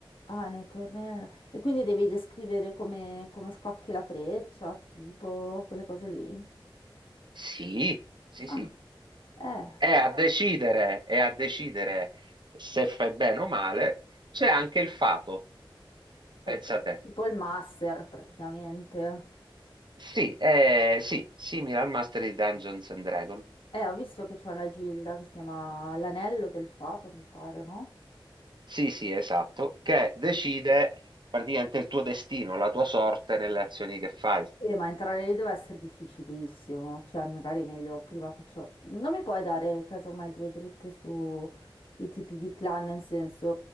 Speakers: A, on the left (about 85°); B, on the right (about 60°).
A: ah, nei tornei- e quindi devi descrivere come, come scocchi la freccia, tipo quelle cose lì.
B: Sì, sì,
A: Ah,
B: sì.
A: eh,
B: E a decidere, e a decidere se fai bene o male, c'è anche il fato,
A: è-
B: pensa
A: è
B: te.
A: tipo il master praticamente.
B: Sì, è, sì, simile al master di Dungeons and Dragon.
A: Eh, ho visto che c'è una gilda che si chiama l'anello del fato, mi pare, no?
B: Sì, sì, esatto, che decide praticamente il tuo destino, la tua sorte nelle azioni che fai.
A: Eh, ma entrare lì deve essere difficilissimo, cioè magari è meglio prima faccio... Non mi puoi dare casomai due dritte su i tipi di clan, nel senso...